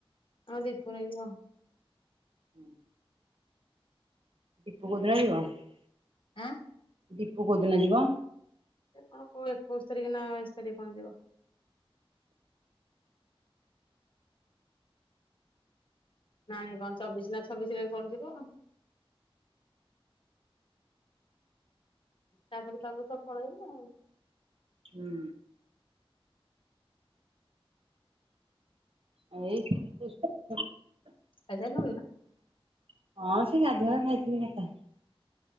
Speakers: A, on the left; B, on the right.
A: ହଁ ଦୀପ <unintelligible>
B: ହୁଁ। <unintelligible>
A: ଆଁ।
B: ଦୀପୁ କୋଉଦିନ ଯିବା?
A: ସେ କଣ କ ଏକୋଇଶ ତାରିଖ ନା ବାଇଶରେ କଣ ଯିବ ନାଁ କଣ ଚବିଶ ନା ଛବିଶ ରେ କଣ ଯିବ। ତାପରୁ ତାପରୁ ସବୁ ପଳେଇଲେ ଆଉ।
B: ହୁଁ। <unintelligible>
A: ଖାଇସାରିଲୁଣି ନା?
B: ହଁ ସେ ଗାଧୁଆ ଖାଇଥିଲି ମତ